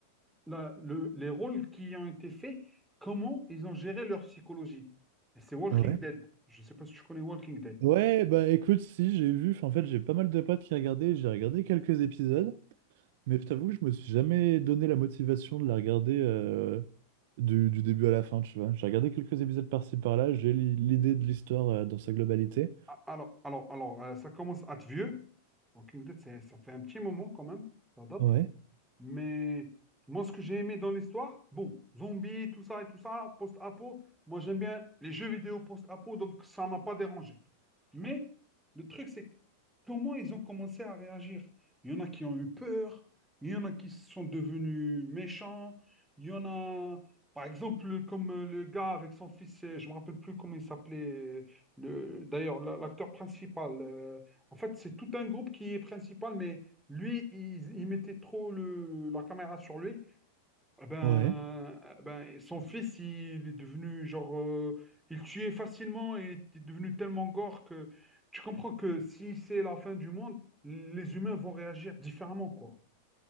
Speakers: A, in the centre; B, on the right.
A: les rôles qui ont été faits, comment ils ont géré leur psychologie. Et c'est Walking
B: Ouais.
A: Dead. Je sais pas si tu connais Walking Dead.
B: Ouais, bah écoute, si, j'ai vu. Enfin, en fait, j'ai pas mal de potes qui regardaient. J'ai regardé quelques épisodes. Mais je t'avoue que je me suis jamais donné la motivation de la regarder euh, du, du début à la fin, tu vois. J'ai regardé quelques épisodes par-ci par-là. J'ai l'i- l'idée de l'histoire euh, dans sa
A: Mhm.
B: globalité.
A: a- Alors, alors, alors, euh, ça commence à être vieux. Walking Dead, c'est- ça fait un petit moment quand même. Ça date.
B: Ouais,
A: Mais moi, ce que j'ai aimé dans l'histoire, bon, zombies, tout ça et tout ça, post-apo, moi j'aime bien les jeux vidéo post-apo, donc ça m'a pas dérangé. Mais le truc, c'est comment ils ont commencé à réagir. Il y en a qui ont eu peur, il y en a qui sont devenus méchants, il y en a, par exemple, comme euh, le gars avec son fils, euh, je me rappelle plus comment il s'appelait, euh, le- d'ailleurs, la- l'acteur principal. euh, en fait, c'est tout un groupe qui est principal, mais lui, il, il mettait trop le, la caméra sur lui. Eh ben,
B: ouais.
A: eh ben, son fils, il est devenu genre, euh, il tuait facilement et était devenu tellement gore que tu comprends que si c'est la fin du monde, les humains vont réagir différemment, quoi.